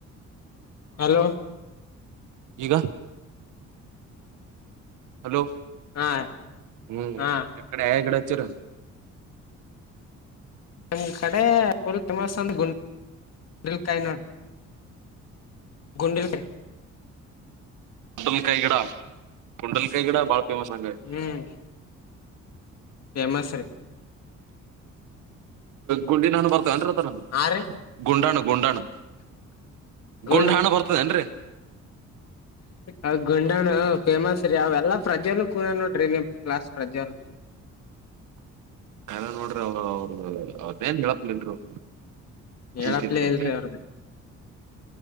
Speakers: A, on the left (about 55°); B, on the right (about 80°).
A: ಹಲೋ
B: ಈಗ ಹಲೋ
A: ಹಾ
B: ಹ್ಮ್ <unintelligible>
A: ಹಾ
B: ಕಡೆ ಆ ಕಡೆ <inaudible> ಉಚ್ಚರ
A: ನಮ್ ಕಡೆ ಫುಲ್ ಫೇಮಸ್ <unintelligible> ಅಂದ್ರೆ <unintelligible> ಗುಂಡಲ್ಕಾಯಿ ನೋಡಿ ಗುಂಡುಲ್ಕೈ
B: ಗಂಡಲ್ಕೈಗಿಡ ಗಂಡಲ್ಕೈಗಿಡ ಬಾಳ ಫೇಮಸ್ ಅಂಗೆ
A: ಹ್ಮ್ ಫೇಮಸ್ ರೀ
B: ಗುಂಡಿನಾನು ಬರ್ತಾವೇಂರಿ
A: ಹಾ
B: <unintelligible> ಅನ್
A: ರೀ
B: ಅದ ನಾನು ಗುಂಡಾಣು ಗುಂಡಾಣು ಗುಣಡಾಣ
A: ಗುಂಡ
B: ಬರ್ತದೇನ್ರರಿ
A: ಅ ಗುಂಡಾಣ ಫೇಮಸ್ ರೀ ಅವೆಲ್ಲಾ ಪ್ರಜೆಲ್ಲ <unintelligible> ಕೂಡ ನೋಡ್ರಿ ನಿಮ್ ಕ್ಲಾಸ್ ಪ್ರಜೆಲ್
B: ಕಲ್ಲ ನೋಡ್ರಿ ಅವ ಅವ ಅವದೇನ್ <unintelligible> ಹೇಳತ್ಲಲ್ ಅವ
A: ಹೇಳಪ್ಲೇ
B: ಕ
A: ಇಲ್ರಿ ಅವ್ರದ